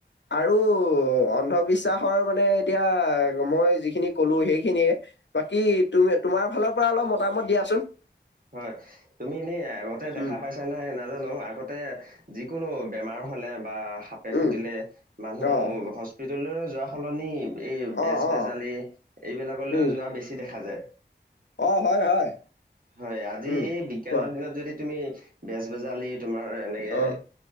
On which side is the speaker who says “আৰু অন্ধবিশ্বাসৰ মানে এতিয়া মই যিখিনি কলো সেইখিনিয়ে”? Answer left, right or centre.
Left